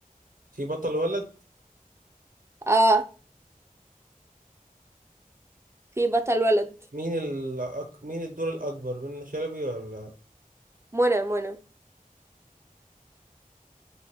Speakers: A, on the right (about 65°); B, on the right (about 20°).
A: في بطل ولد
B: اه في بطل ولد
A: مين الأك... مين الدور الأكبر منى شلبي ولا
B: منى منى